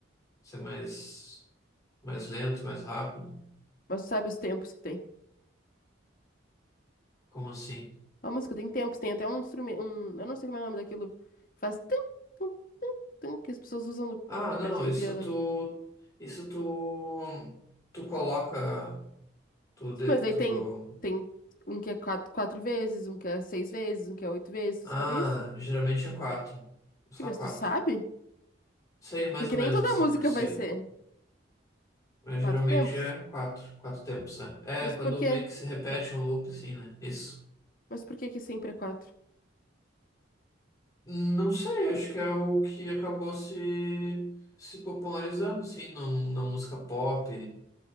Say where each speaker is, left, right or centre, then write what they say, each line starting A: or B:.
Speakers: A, on the left; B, on the left.
A: isso é mais. Mais lento, mais rápido?
B: Mas tu sabe os tempos que tem.
A: Como assim?
B: A música tem tempos, tem até um instrumento, um, eu não sei como é o nome daquilo, que faz tum, tum, tum, tum, que as pessoas usam no-
A: Ah, não,
B: perto do
A: isso
B: piano.
A: tu. Isso tu. Tu coloca. Tu,
B: Sim,
A: de-
B: mas aí
A: tu.
B: tem, tem um que é quatro, quatro vezes, um que é seis vezes, um que é oito vezes, tu
A: Ah,
B: sabe isso?
A: geralmente é quatro. Só
B: Sim, mas
A: quatro.
B: tu sabe?
A: Sei, mais
B: Porque
A: ou
B: nem
A: menos
B: toda
A: assim
B: música
A: por cima.
B: vai ser
A: Mas
B: quatro
A: geralmente
B: tempos.
A: é quatro. Quatro tempos, é.
B: Mas
A: É, quando
B: por quê?
A: meio que se repete um loop, assim, né? Isso.
B: Mas por que que sempre é quatro?
A: Não sei, acho que é o que acabou se. se popularizando, assim, na na música pop,